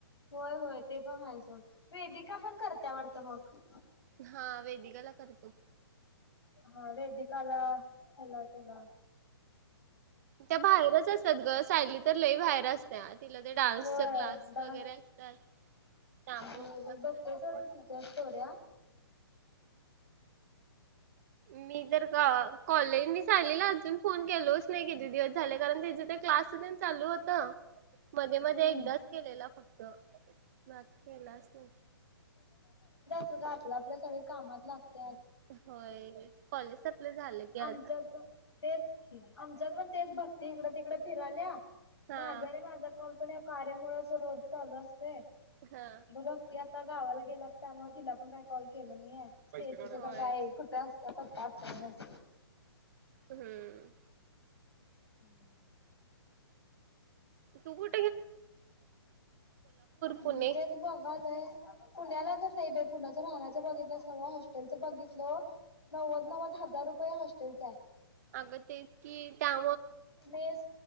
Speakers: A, on the left (about 80°); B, on the right (about 40°).
A: होय होय ते पण हाय वेदिका पण करते आवडत मग <unintelligible>
B: हां वेदिकाला करतो
A: हा वेदिकाला <inaudible>
B: त्या बाहेरच अस तेच ग सायली तर लई बाहेर तेच ना तिला ते डान्स
A: होय
B: क्लास
A: डान्स
B: वगैरे असत्याल - थांबून
A: होय
B: तुला
A: होय
B: <inaudible>
A: बघतोय सोड मी तुझ्या स्टोऱ्या
B: मी तर का कॉलेज मी सायलीला अजून फोन केलोच नाही कीती दिवस हल्ली गव्हर्नमेंट चं ते क्लास चं पणं चालू होतं मध्ये
A: हम्म
B: मध्ये एकदाच केलेला फक्त क्लास केलाच नाही
A: आपल्या आपल्या सगळे कामात लाग
B: होय कॉलेज आपलं झालं की
A: आमच्यात
B: आता
A: पण तेच आमच्यात पण तेच भक्ती इकड तिकड फिरा ल्या
B: हा
A: माझा रे माझा पणं या कार्यामुळे असं रोज चाल ते
B: हा
A: बाबा त्यात त्या गावाला गेल्यात त्यामुळे तिला पण काही कॉल केला
B: होय
A: तिथे तर काय कुठे असत.
B: हम्म.
A: हम्म.
B: तू कु पुणे
A: मी तेच बघालोय पुण्याला तर नाही बाई पुण्याचं राहण्या बघितलं सगळे हॉस्टेलचं बघितलो. नव्वद नव्वद हजार रूपये हो तेच आहे.
B: अग तेच की त्या
A: मेस